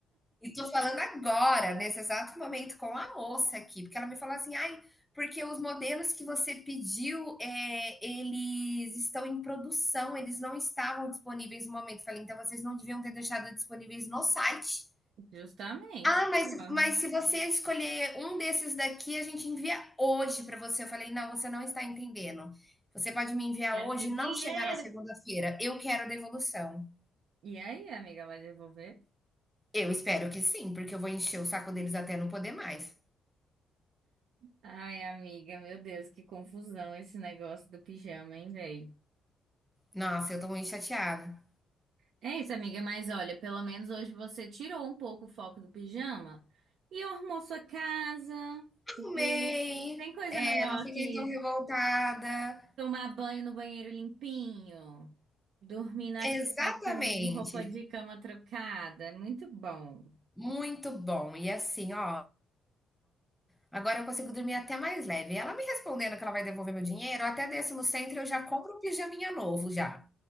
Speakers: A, in the centre; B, on the right.
A: E tô falando agora, nesse exato momento, com a moça aqui, porque ela me falou assim, ai, porque os modelos que você pediu, é, eles estão em produção, eles não estavam disponíveis no momento. Falei, então vocês não deviam ter deixado disponíveis no site.
B: Justamente.
A: Ah, mas,
B: concordo.
A: mas se você escolher um desses daqui, a gente envia hoje para você. Eu falei, não, você não está entendendo. Você pode me enviar
B: Quero
A: hoje
B: meu dinheiro.
A: e não chegar na segunda-feira. Eu quero a devolução.
B: E aí, amiga, vai devolver?
A: Eu espero que sim, porque eu vou encher o saco deles até não poder mais.
B: Ai, amiga, meu Deus, que confusão esse negócio do pijama, hein, velho?
A: Nossa, eu tô muito chateada.
B: É isso, amiga, mas olha, pelo menos hoje você tirou um pouco o foco do pijama e arrumou sua casa,
A: Arrumei,
B: entendeu? Tem coisa
A: eh,
B: melhor
A: não fiquei
B: que
A: tão revoltada.
B: tomar banho no banheiro limpinho, dormir na
A: Exatamente,
B: cama com roupa de cama trocada, é muito bom.
A: muito bom. E assim, ó, agora eu consigo dormir até mais leve. Ela me respondendo que ela vai devolver meu dinheiro, eu até desço no Centro e eu já compro um pijaminha novo já.